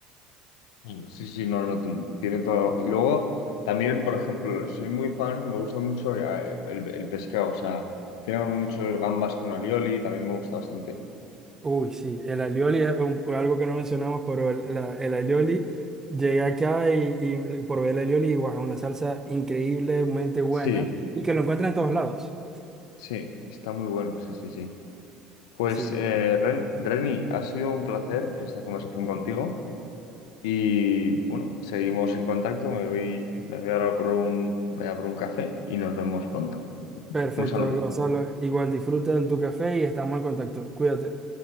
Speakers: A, on the left (about 80°); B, on the right (about 20°).
A: mm, Sí, sí, no, no, tú- tiene todo. Y luego, también, por ejemplo, soy muy fan, me gusta mucho eh, el, el pescado, o sea, tiene mucho gambas con alioli, también me gusta bastante.
B: Uy, sí, el alioli es un- algo que no mencionamos, pero el, la- el alioli, llegué acá y, y probé el alioli, y guau, una salsa increíblemente buena
A: Sí,
B: y que lo encuentran en todos lados.
A: sí, está muy bueno, sí, sí, sí. Pues,
B: Sí,
A: eh, Ren- Reni, ha sido un placer esta conversación contigo. Y bueno, seguimos en contacto. Me voy, me voy ahora por un, voy a por un café y nos vemos pronto.
B: perfecto,
A: Un saludo.
B: Gonzalo. Igual disfruta de tu café y estamos en contacto. Cuídate.